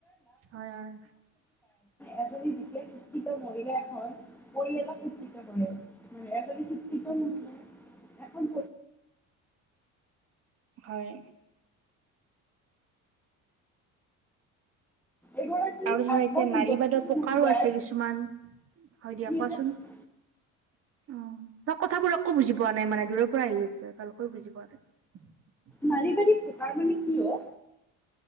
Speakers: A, on the right; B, in the centre.
A: হয়, হয়।
B: এজন বিশেষ শিক্ষিত মহিলা হৈ পৰিয়ালক শিক্ষিত কৰে। এজনী শিক্ষিত <unintelligible> এখন
A: হয়।
B: এগৰাকী
A: আৰু ধৰা
B: আত্মনিৰ্ভৰশীল
A: এতিয়া নাৰীবাদৰ প্ৰকাৰো
B: মহিলাই
A: আছে কিছুমান। হয়, দিয়া
B: নিজে
A: কোৱাচোন? অ', ত' কথাবোৰ আকো বুজি পোৱা নাই মানে দূৰৰ পৰা আহি আছে ভালকৈ বুজি পোৱা নাই।
B: নাৰীবাৰী প্ৰকাৰ মানে কি অ'?